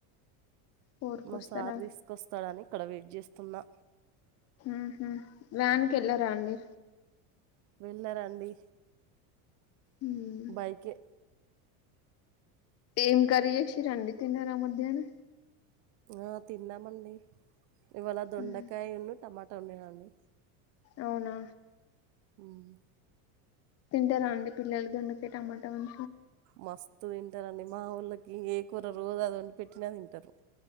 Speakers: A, on the left; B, on the right.
A: ఫోర్ కు
B: మా
A: వస్తారా
B: సార్ తీసుకొస్తాడని ఇక్కడ వెయిట్ చేస్తున్నా
A: ఉహు వ్యాన్ కి వెళ్ళరా అండి
B: వెళ్ళరండి
A: ఉమ్.
B: బైకే
A: ఏం కర్రీ చేసిరండి తిన్నారా మధ్యాహ్నం
B: ఆ తిన్నామండి ఇవాళ దొండకాయను
A: ఉమ్.
B: టమాటా వండిన అండి
A: అవునా
B: హ్మ్మ్
A: తింటారా అండి పిల్లలు దొండకాయ టమాటా వం
B: మస్తు తింటారండి మా వోళ్ళకి ఏ కూర రోజు అది ఒండిపెట్టిన తింటారు